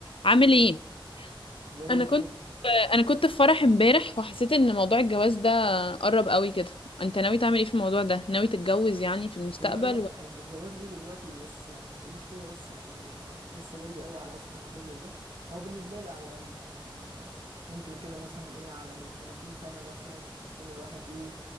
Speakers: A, on the left (about 85°); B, on the right (about 70°).
A: عامل ايه
B: زي
A: انا
B: الفل
A: كنت انا كنت في فرح امبارح وحسيت ان موضوع الجواز ده قرب قوي كده انت ناوي تعمل ايه في الموضوع ده ناوي تتجوز يعني في المستقبل
B: لا لا
A: و...
B: الج- الجواز ايه دلوقتي بس يعني ما تقوليش كده بس يعني آه، لسه بدري قوي على اصلا موضوع زي ده او بالنسبه لي على الاقل يعني آه، ممكن كده مثلا ايه على ال 30 سنه مثلا يكون الواحد ايه